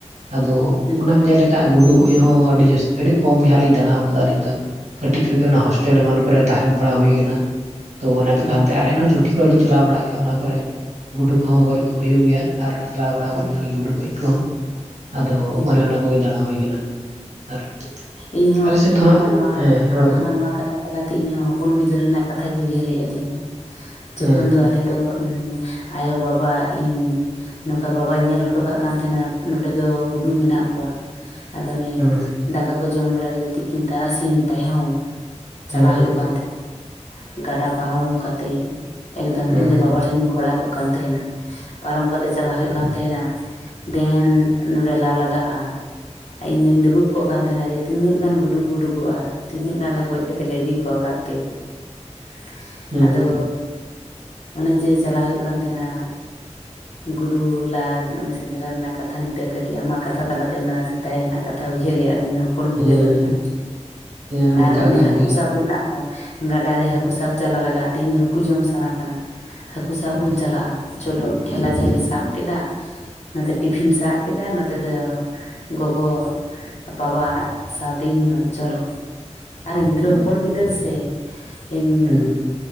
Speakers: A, on the right; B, on the left.
A: ᱟᱫᱚ
B: ᱦᱩᱸ
A: ᱚᱱᱟᱢ ᱧᱮᱞ ᱞᱮ ᱠᱷᱟᱸᱜ ᱜᱩᱰᱩ ᱜᱚᱡ ᱦᱚᱸ ᱟᱹᱰᱤ ᱡᱟᱹᱥᱛᱤ ᱟᱹᱰᱤ ᱠᱚᱢ ᱜᱮ ᱦᱟᱸᱜ ᱞᱤᱧ ᱫᱟᱬᱟ ᱠᱟᱫᱟ ᱟᱹᱞᱤᱧ ᱫᱚ᱾ ᱠᱟᱹᱴᱤᱡ ᱠᱷᱚᱡ ᱜᱮ ᱚᱱᱟ ᱦᱳᱥᱴᱮᱞ ᱮᱢᱟᱱ ᱠᱚ ᱨᱮ ᱛᱟᱦᱮᱱ ᱵᱟᱲᱟ ᱦᱩᱭ ᱠᱟᱱᱟ᱾ ᱛᱚ ᱚᱱᱟ
B: ᱦᱩᱸ
A: ᱠᱟᱱ ᱛᱮ ᱟᱨ ᱮᱱᱦᱚᱸ ᱪᱷᱩᱴᱤ ᱠᱚ ᱨᱮ ᱞᱤᱧ ᱪᱟᱞᱟᱣ ᱵᱟᱲᱟᱜ ᱜᱮᱭᱟ ᱚᱱᱟ ᱠᱚ ᱨᱮ ᱜᱩᱰᱩ ᱠᱚ ᱦᱚᱸ ᱜᱚᱡ ᱠᱚ ᱦᱩᱭᱩᱜ ᱜᱮᱭᱟ᱾ ᱟᱨ ᱪᱟᱞᱟᱣ ᱵᱟᱲᱟ
B: ᱦᱩᱸ
A: ᱠᱟᱱ ᱜᱮᱭᱟ ᱞᱤᱧ ᱜᱩᱰᱩ ᱜᱚᱡ ᱠᱚ ᱦᱚᱸ ᱟᱫᱚ
B: ᱦᱩᱸ
A: ᱚᱱᱮ ᱚᱱᱟ ᱠᱚ ᱜᱮ ᱫᱟᱬᱟ ᱦᱩᱭ ᱠᱟᱱᱟ, ᱟᱨ
B: ᱤᱧ ᱦᱚᱸ
A: ᱟᱞᱮ ᱥᱮᱫ ᱫᱚ ᱦᱟᱸᱜ
B: ᱟᱢᱟᱜ ᱱᱚᱣᱟ ᱠᱟᱛᱷᱟ
A: ᱦᱮᱸ ᱨᱚᱲ ᱵᱮᱱ
B: ᱟᱢᱟᱜ ᱱᱚᱣᱟ ᱠᱟᱛᱷᱟ ᱛᱟᱞᱟ ᱛᱮ ᱤᱧ ᱦᱚᱸ ᱦᱚᱯᱚᱱ ᱵᱤᱫᱟᱹᱞ ᱨᱮᱱᱟᱜ ᱠᱟᱛᱷᱟ ᱜᱮ ᱩᱭᱦᱟᱹᱨ ᱦᱮᱡ ᱟᱹᱫᱤᱧᱟ ᱡᱚᱠᱷᱚᱱ
A: ᱦᱮᱸ
B: ᱫᱚ ᱟᱞᱮ ᱫᱚ ᱟᱭᱳᱼᱵᱟᱵᱟ ᱤᱧ ᱱᱚᱝᱠᱟ ᱵᱟᱵᱟᱭ ᱧᱮᱞ ᱦᱚᱴᱚ ᱠᱟᱜ ᱠᱟᱱ ᱛᱟᱦᱮᱸᱱᱟ ᱱᱚᱸᱰᱮ ᱫᱚ ᱜᱩᱰᱩ ᱢᱮᱱᱟᱜ ᱠᱚᱣᱟ, ᱟᱫᱚ ᱚᱱᱮ
A: ᱦᱮᱸ
B: ᱫᱟᱠᱟ ᱠᱚ ᱡᱚᱢ ᱵᱟᱲᱟ ᱠᱟᱛᱮ ᱛᱤᱠᱤᱱ ᱛᱟᱨᱟᱥᱤᱧ ᱛᱟᱭᱚᱢ ᱪᱟᱞᱟᱜ
A: ᱦᱮᱸ
B: ᱦᱳᱭᱳᱜ ᱠᱟᱱ ᱛᱟᱦᱮᱸᱱ ᱜᱟᱰᱟ ᱯᱟᱨᱚᱢ ᱠᱟᱛᱮ᱾ ᱮᱠᱫᱚᱢ
A: ᱦᱩᱸ
B: ᱤᱧ ᱫᱚ ᱵᱟᱵᱟ ᱴᱷᱮᱱᱤᱧ ᱜᱷᱚᱲᱟ ᱠᱚᱜ ᱠᱟᱱ ᱛᱟᱦᱮᱸᱱᱟ᱾ ᱯᱟᱨᱚᱢ ᱠᱟᱛᱮ ᱪᱟᱞᱟᱜ ᱦᱳᱭᱳᱜ ᱠᱟᱱ ᱛᱟᱦᱮᱸᱱᱟ ᱫᱮᱱ ᱱᱚᱸᱰᱮ ᱞᱟ ᱞᱟᱜᱟᱜᱼᱟ, ᱦᱮᱸ ᱤᱧ ᱫᱚ ᱫᱩᱲᱩᱵ ᱠᱚᱜ ᱠᱟᱱ ᱛᱟᱦᱮᱸᱱᱟ ᱡᱮ ᱛᱤᱱᱟᱹᱜ ᱜᱟᱱ ᱜᱩᱰᱩᱠ ᱩᱰᱩᱠᱚᱜᱼᱟ, ᱛᱤᱱᱟᱹᱜ ᱜᱟᱱ ᱜᱚᱡ ᱠᱟᱛᱮᱫ ᱞᱮ ᱤᱫᱤ ᱠᱚᱣᱟ ᱚᱲᱟᱜᱼᱛᱮ, -
A: ᱦᱩᱸ
B: ᱟᱫᱚ ᱚᱱᱮ ᱡᱮ ᱪᱟᱞᱟᱜ ᱦᱩᱭᱩᱜ ᱠᱟᱱ ᱛᱟᱦᱮᱸᱱᱟ, ᱜᱩᱰᱩ ᱞᱟ ᱨᱮᱱᱟᱜ ᱥᱮᱸᱫᱽᱨᱟ ᱨᱮᱱᱟᱜ ᱠᱟᱛᱷᱟ ᱱᱤᱛᱚᱜ ᱠᱟᱹᱴᱤᱡ ᱟᱢᱟᱜ ᱠᱟᱛᱷᱟ ᱛᱟᱞᱟᱛᱮ ᱚᱱᱟ ᱥᱮᱫᱟᱭ ᱨᱮᱱᱟᱜ ᱠᱟᱛᱷᱟ ᱩᱭ ᱦᱟᱹᱨ ᱦᱮᱡ ᱟᱫᱤᱧᱟ ᱦᱚᱯᱚᱱ ᱵᱤᱫᱟᱹᱞ
A: ᱦᱩᱸ
B: ᱨᱮᱱᱟᱜ,
A: ᱦᱮᱸ ᱚᱱᱠᱟ
B: ᱟᱨ ᱚᱱᱮ
A: ᱠᱟᱱ
B: ᱦᱟᱹᱠᱩ
A: ᱜᱮᱭᱟ
B: ᱥᱟᱵ ᱨᱮᱱᱟᱜ ᱚ ᱜᱟᱰᱟ ᱨᱮ ᱦᱟᱹᱠᱩ ᱥᱟᱵ ᱪᱟᱞᱟᱜ ᱞᱟᱜᱟᱜᱼᱟ, ᱛᱮᱦᱤᱧ ᱫᱚ ᱦᱟᱹᱠᱩ ᱡᱚᱢ ᱥᱟᱱᱟ ᱠᱟᱱᱟ᱾ ᱦᱟᱹᱠᱩ ᱥᱟᱵ ᱵᱚᱱ ᱪᱟᱞᱟᱜᱼᱟ, ᱪᱚᱞᱚ ᱴᱷᱮᱞᱟ ᱡᱷᱟᱹᱞᱤ ᱥᱟᱵ ᱠᱮᱫᱟ, ᱱᱚᱛᱮ ᱴᱤᱯᱷᱤᱱ ᱥᱟᱵ ᱠᱮᱫᱟ ᱱᱚᱛᱮ ᱫᱚ ᱜᱚᱜᱚ ᱵᱟᱵᱟ ᱥᱟᱶᱛᱮ ᱤᱧᱦᱚᱸ ᱪᱚᱞᱚ, ᱟᱨ ᱜᱤᱫᱽᱨᱟᱹ ᱦᱚᱯᱚᱱ ᱵᱤᱫᱟᱹᱞ ᱥᱮ? ᱤᱧ
A: ᱦᱩᱸ